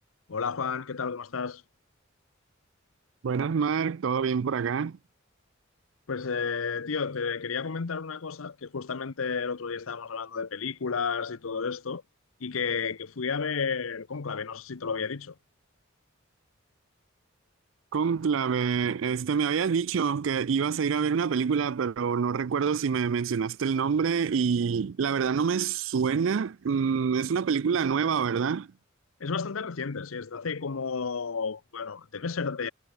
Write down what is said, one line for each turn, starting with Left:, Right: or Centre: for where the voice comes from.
Left: Hola Juan, ¿qué tal? ¿Cómo estás?
Right: Buenas, Mark, ¿todo bien por acá?
Left: Pues eh, tío, te quería comentar una cosa que justamente el otro día estábamos hablando de películas y todo esto y que, que fui a ver Cónclave, no sé si te lo había dicho.
Right: Cónclave, este, me habías dicho que ibas a ir a ver una película, pero no recuerdo si me mencionaste el nombre y la verdad no me suena. Mm, es una película nueva, ¿verdad?
Left: Es bastante reciente, sí, es de hace como, bueno, debe ser de,